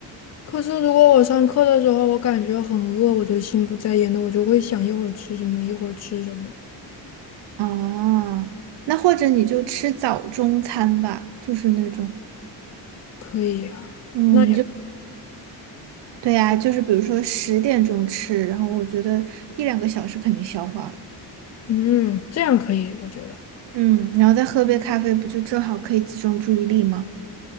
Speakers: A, on the left (about 40°); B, on the right (about 70°).
A: 可是如果我上课的时候，我感觉很饿，我就心不在焉的，我就会想一会儿吃什么，一会儿吃什么。
B: 哦，那或者你就吃早中餐吧，就是那种。
A: 可以啊，
B: 嗯，
A: 那也，
B: 就。对呀，就是比如说十点钟吃，然后我觉得一两个小时肯定消化了，
A: 嗯，这样可以，我觉得。
B: 嗯，然后再喝杯咖啡，不就正好可以集中注意力吗？